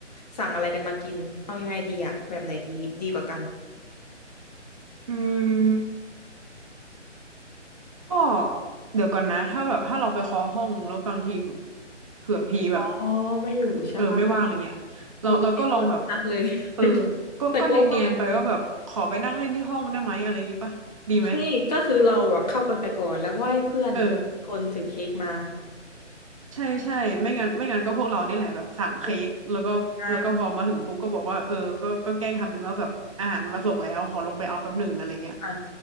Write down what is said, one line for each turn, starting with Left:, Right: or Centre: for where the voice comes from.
Left: สั่งอะไรกันมากินเอายังไงดีอะแบบไหนดีดีกว่ากัน
Right: อืม ก็เดี๋ยวก่อนนะถ้าแบบถ้าเราไปเคาะห้องแล้วบางทีแบบเผื่อพี่แบบ
Left: อ๋อไม่อยู่ใช่ปะ
Right: เออไม่ว่างอะไรเงี้ยเราเราก็ลองแบบ
Left: คือนี่เรานัดเลย
Right: เออ
Left: <laughs>
Right: ก็ก็เนียนๆไปว่าแบบขอไปนั่งเล่นที่ห้องได้ไหมอะไรอย่างงี้ปะดีไหม
Left: แต่กลัวว่าเฮ้ยก็คือเราอะเข้ากันไปก่อนแล้วก็ให้เพื่อนอีกคนถือเค้กมา
Right: เออใช่ใช่ไม่งั้นไม่งั้นก็พวกเรานี่แหละแบบสั่งเค้กแล้วก็แล้วก็พอมาถึงปุ๊บก็บอกว่าเออก็ก็แกล้งทำเป็นว่าแบบอาหารมาส่งแล้วขอลงไปเอาแป๊บหนึ่งอะไรเงี้ย
Left: อืมอ่า อ่า